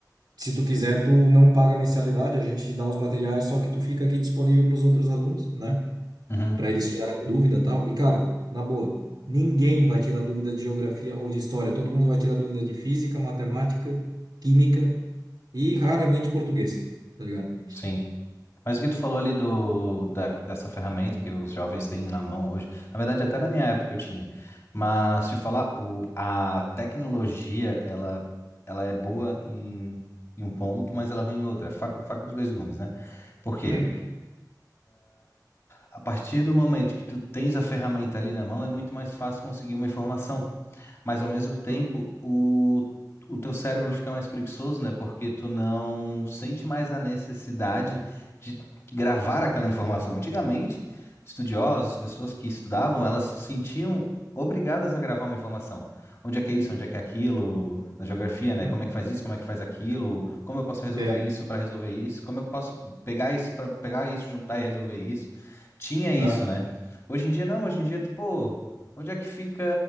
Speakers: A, on the right; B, on the left.
A: Se tu quiser, tu não paga mensalidade, a gente te dá os materiais, só que tu fica aqui disponível para os outros alunos, né?
B: Uhum,
A: Para eles tirarem dúvida e tal. E, cara, na boa, ninguém vai tirar dúvida de geografia ou de história. Todo mundo vai tirar dúvida de física, matemática, química e raramente português, tá ligado?
B: sim. Mas o que tu falou ali do, da, dessa ferramenta que os jovens têm na mão hoje, na verdade, até na minha época eu tinha. Mas te falar, o, a tecnologia, ela, ela é boa em, em um ponto, mas ela é ruim em outro. É faca, faca de dois gumes, né? Por quê?
A: Hum,
B: A partir do momento que tu tens a ferramenta ali na mão, é muito mais fácil conseguir uma informação mas ao mesmo tempo
A: justo.
B: o, o teu cérebro fica mais preguiçoso, né? Porque tu não sente mais a necessidade de gravar aquela informação. Antigamente, estudiosos, pessoas que estudavam, elas se sentiam obrigadas a gravar uma informação. Onde é que é isso? Onde é que é aquilo? Na geografia, né?
A: Hum,
B: Como é que faz isso? Como é que faz aquilo? Como eu posso resolver
A: Entendo.
B: isso para resolver isso? Como eu posso pegar isso para pegar isso, juntar e resolver isso? Tinha isso,
A: Ah,
B: né? Hoje em dia não, hoje em dia tu, pô, Onde é que fica